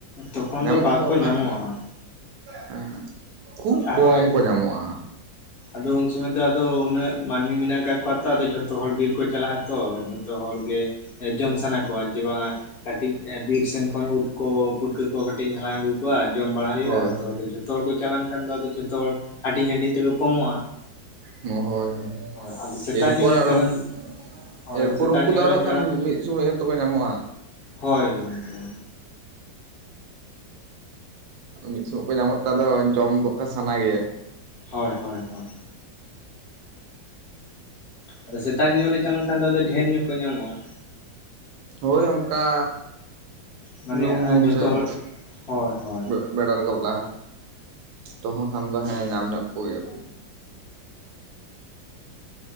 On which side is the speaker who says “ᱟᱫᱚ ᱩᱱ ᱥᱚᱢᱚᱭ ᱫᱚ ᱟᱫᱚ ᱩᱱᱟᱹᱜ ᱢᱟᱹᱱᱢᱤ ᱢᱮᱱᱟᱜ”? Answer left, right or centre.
Left